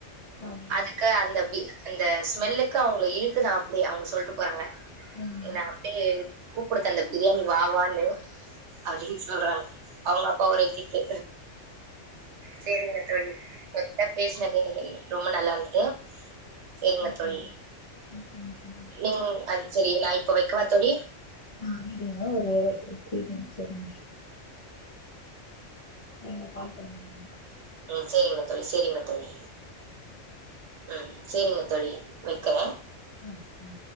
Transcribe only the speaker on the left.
ஆமா
ம்
ஓகே
ஓகேங்க தோழி
நா இன்னக்கி ஒரு த்ரீ டைம்ஸ் ஒரு நீங்க கால் பண்ணுங்க
ம்ம்